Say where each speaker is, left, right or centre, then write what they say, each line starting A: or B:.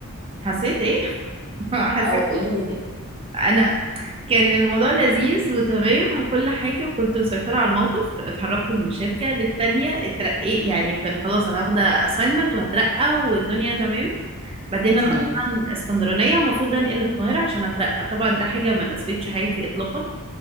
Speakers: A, on the right (about 25°); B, on the left (about 25°).
A: حسيت ايه <laughs> حسيت
B: او قولي لي كده
A: انا كان الموضوع لذيذ وتمام وكل حاجة وكنت مسيطرة على الموقف اتحركت من شركة للتانية اترقيت يعني كان خلاص انا واخدة assignment وهترقى والدنيا تمام بعدين
B: تمام
A: انا اصلا اسكندرانية ومفروض انقل القاهرة عشان اترقى طبعا ده حاجة ما ناسبتش حياتي اطلاقا